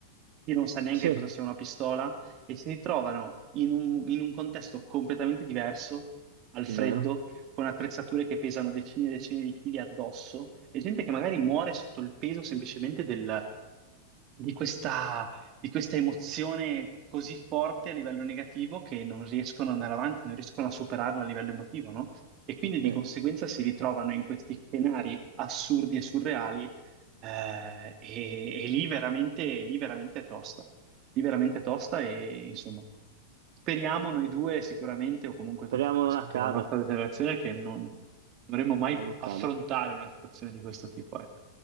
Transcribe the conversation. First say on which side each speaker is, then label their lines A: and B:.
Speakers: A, on the right (about 40°); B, on the right (about 75°).
A: chi non sa neanche
B: Sì, è
A: cosa sia una pistola, e si ritrovano in un, in un contesto completamente diverso, al freddo,
B: vero.
A: con attrezzature che pesano decine e decine di chili addosso, e gente che magari muore sotto il peso semplicemente del di questa di questa emozione così forte a livello negativo che non riescono ad andare avanti, non riescono a superarla a livello emotivo, no? E quindi di
B: Sì.
A: conseguenza si ritrovano in questi scenari assurdi e surreali, eh, e, e lì veramente, lì veramente è tosta. Lì veramente è tosta e insomma. Speriamo noi due sicuramente, o comunque
B: Speriamo
A: tutte le persone
B: non accada,
A: della nostra generazione, che non dovremmo mai
B: non accada.
A: affrontare una situazione di questo tipo, ecco.